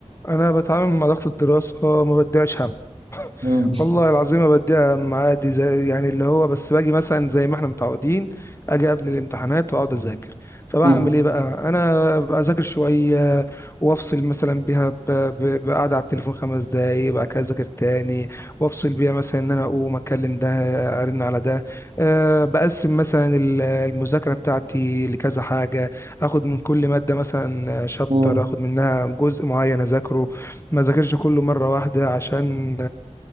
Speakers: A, on the left; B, on the right.
A: انا بتعامل مع ضغط الدراسة ما بديهاش هم
B: مم،
A: والله العظيم ما بديها أهم عادي زي يعني اللي هو بس باجي مثلا زي ما احنا متعودين اجي قبل الامتحانات واقعد اذاكر فبعمل
B: مم،
A: ايه بقى انا بذاكر شويه وافصل مثلا بيها ب- ب- بقعده على التليفون خمس دقايق بعد كده اذاكر تاني وافصل بيها مثلا ان انا اقوم اكلم ده ارن على ده أه بقسم مثلا ال- المذاكره بتاعتي لكذا حاجه اخد من كل ماده مثلا شابتر
B: مم.
A: اخد منها جزء معين اذاكره ما ذاكرش كله مره واحده عشان